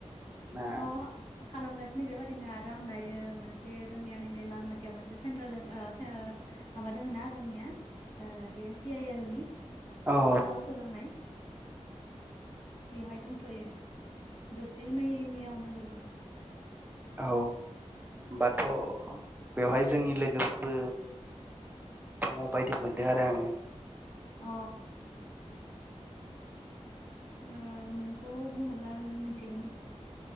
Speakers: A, on the right (about 15°); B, on the left (about 50°).
A: ना
B: अ खालामगासिनो बेबादिनो आरो आं दायो मोनसे जोंनिया नैबे लालमाथियाव मोनसे सेन्ट्रेल दों ओ सो माबा दोङो ना जोंनिया बे सि आइ एल नि।
A: औ
B: दा राव सोलोंनाय। बेवहाय दंथ'यो जास्ट नै मेआवनो जोबगोन।
A: औ होमबाथ' बेवहाय जोंनि लोगोफोरबो दङ बायदि मोनदों आरो आङो।
B: अ अ मुंखौ बुङोब्ला उम मोनथिगौमोन।